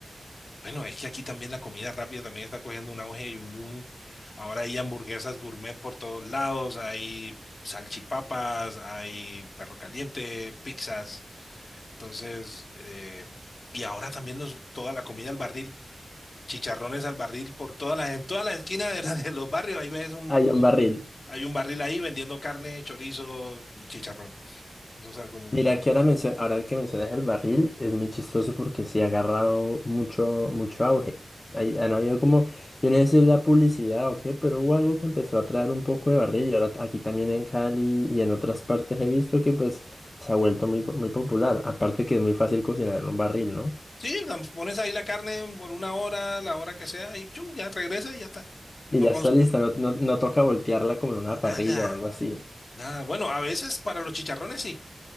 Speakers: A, on the left; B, on the left.
A: Bueno, es que aquí también la comida rápida también está cogiendo un auge y un boom. Ahora hay hamburguesas gourmet por todos lados, hay salchipapas, hay perro caliente, pizzas. Entonces, eh, y ahora también los, toda la comida al barril, chicharrones al barril por todas las, en todas las esquinas de, <laughs> la- de los barrios. Ahí ves un,
B: Hay un
A: un-
B: barril.
A: hay un barril ahí vendiendo carne, chorizo y chicharrón. Eso es algo muy...
B: Mira, que ahora, mencio- ahora que mencionas el barril, es muy chistoso porque sí ha agarrado mucho, mucho auge. Hay- han habido como, yo no sé si es la publicidad o qué, pero hubo algo que empezó a traer un poco de barril y ahora aquí también en Cali y en otras partes he visto que pues se ha vuelto muy, po- muy popular. Aparte que es muy fácil cocinar en un barril, ¿no?
A: Sí, la- pones ahí la carne por una hora, la hora que sea, y chum, ya regresa y ya está.
B: Y
A: No,
B: ya está lista, no, no, no toca voltearla como en una
A: Nada,
B: parrilla o algo así.
A: nada. Bueno, a veces para los chicharrones sí.